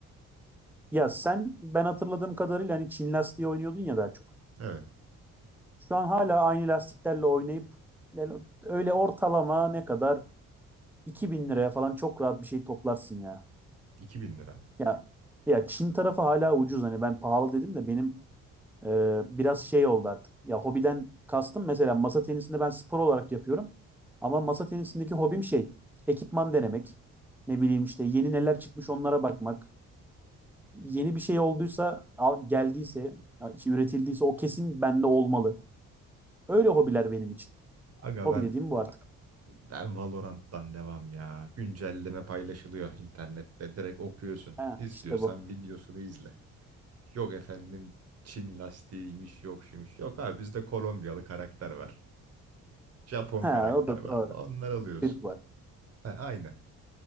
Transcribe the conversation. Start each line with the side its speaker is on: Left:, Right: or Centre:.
Centre: Ya sen ben hatırladığım kadarıyla hani Çin lastiği oynuyordun ya daha çok.
Right: Evet
Centre: Şu an hala aynı lastiklerle oynayıp yani öyle ortalama ne kadar 2000 liraya falan çok rahat bir şey toplarsın ya.
Right: iki bin lira.
Centre: Ya ya Çin tarafı hala ucuz hani ben pahalı dedim de benim e, biraz şey oldu artık. Ya hobiden kastım mesela masa tenisini ben spor olarak yapıyorum. Ama masa tenisindeki hobim şey ekipman denemek. Ne bileyim işte yeni neler çıkmış onlara bakmak. yeni bir şey olduysa, al- geldiyse, ya işte üretildiyse o kesin bende olmalı. Öyle hobiler benim için.
Right: Aga
Centre: Hobi
Right: ben,
Centre: dediğim bu artık.
Right: ben Valorant'tan devam ya. Güncelleme paylaşılıyor internette. Direkt okuyorsun.
Centre: Ha,
Right: İstiyorsan
Centre: işte bu.
Right: videosunu izle. Yok efendim Çin lastiğiymiş yok şuymuş. Yok abi bizde Kolombiyalı karakter var. Japon
Centre: Ha,
Right: karakter
Centre: o da
Right: var.
Centre: doğru.
Right: Onlar alıyorsun.
Centre: Türk var.
Right: Ha, aynen.